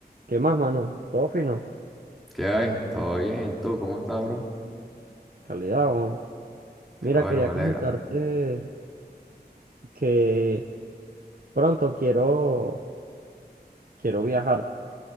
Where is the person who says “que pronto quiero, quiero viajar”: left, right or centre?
Right